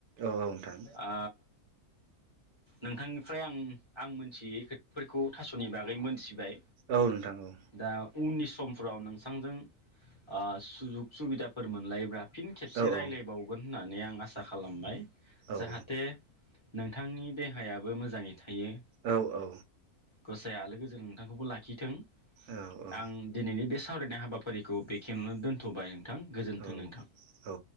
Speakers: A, on the right (about 85°); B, on the left (about 20°).
A: औ नोंथां
B: आ नोंथांनिफ्राय आं आं मिथियै खोथाफोरखौ थासनि बागै मोनथिबाय।
A: औ नोंथां औ।
B: दा उननि समफोराव नोंसांजों आ सुजुख सुबिदा फोर मोनलायोब्ला फिन खेबसे
A: औ
B: रायलायबावगोन
A: औ
B: होननानै आं आसा खालामबाय।
A: औ
B: जाहाथे नोंथांनि देहायाबो मोजाङै थायो
A: औ औ।
B: गसाया आलो गोजोन नोंथांखौबो लाखिथों।
A: औ
B: आं दिनैनि बेस सावरायनाय हाबाफारिखौ बेखेयावनो दोनथबाय नोंथां गोजोन्थों
A: औ
B: नोंथां
A: औ